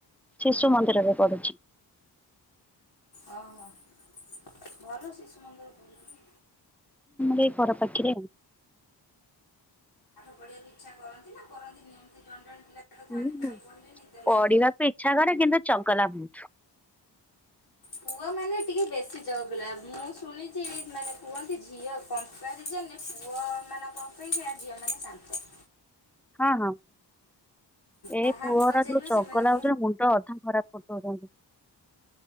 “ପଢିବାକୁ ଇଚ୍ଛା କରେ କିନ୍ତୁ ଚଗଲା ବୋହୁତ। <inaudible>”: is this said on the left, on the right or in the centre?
Centre